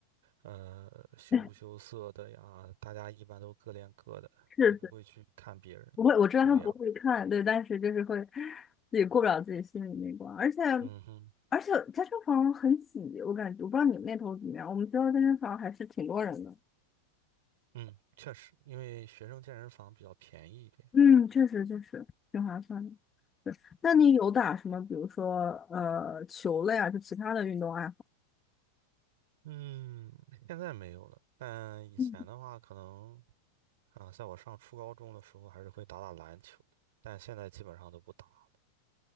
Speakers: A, on the right; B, on the left.
A: 呃，羞不羞涩的呀，
B: <laughs>
A: 大家一般都各练各的，
B: 是是，
A: 也不会去看别人这个样。
B: 不会，我知道他们不会看，对，但是就是会自己过不了自己心里那关，而且
A: 嗯哼，
B: 而且健身房很挤，我感觉我不知道你们那头怎么样，我们学校健身房还是挺多人的。
A: 嗯，确实，因为学生健身房比较便宜一点。
B: 嗯，确实确实挺划算的。那你有打什么，比如说呃球类啊，就其他的运动爱好？
A: 嗯，现在没有了，但以前的话，
B: 嗯，
A: 可能啊，在我上初高中的时候，还是会打打篮球，但现在基本上都不打了